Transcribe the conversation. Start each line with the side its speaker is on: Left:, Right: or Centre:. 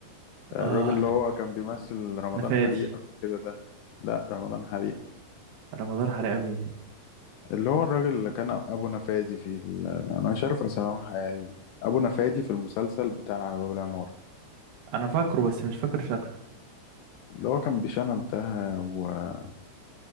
Left: الراجل
Right: اه
Left: اللي هو كان بيمثل رمضان
Right: انا فادي
Left: حريق قبل كده ده لا رمضان حريق
Right: رمضان حرامي
Left: اللي هو الراجل اللي كان ابو نفادي في ال... انا مش عارف اساميهم الحقيقيه ابو نفادي في المسلسل بتاع باب العمارة
Right: انا فاكره بس مش فاكر شكله
Left: اللي هو كان بشنب ده واللي